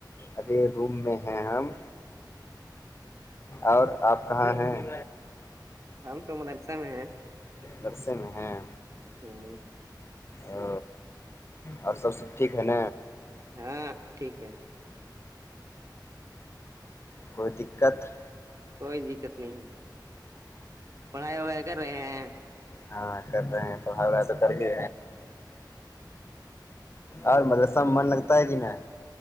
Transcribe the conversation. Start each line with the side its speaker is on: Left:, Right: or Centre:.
Left: ابھی روم میں ہے ہم اور آپ کہاں ہیں
Right: ہم تو مدرسہ میں ہیں
Left: درسے میں ہیں
Right: ہاں
Left: او اور سب سے ٹھیک ہے ن
Right: ہاں ٹھیک ہے
Left: کوئی دقت
Right: کوئی دقت نہیں ہے پڑھائی وغائی کر رہے ہیں
Left: ہاں کر رہے ہیں تو ہ ایسا کر کے اور مطل سب من لگتا ہے کہ ن